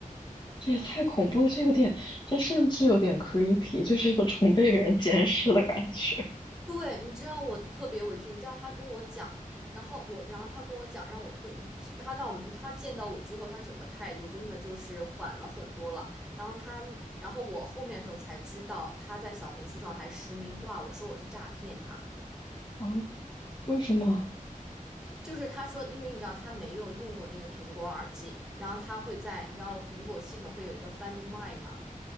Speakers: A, on the left; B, in the centre.
A: 这也太恐怖了，这有点，这甚至有点 creepy，就是一个种被人监视的感觉
B: 对，你知道我特别委屈，你知道他跟我讲，然后我，然后他跟我讲，让我退，嗯他到他见到我之后，他整个态度真的就是缓了很多了。然后他，然后我后面的时候才知道，他在小红书上还实名挂我说我是诈骗他，
A: <laughs> 啊？为什么？
B: 就是他说，因为你知道他没有用过那个苹果耳机，然后他会在你知道苹果系统会有一个 Find My 嘛。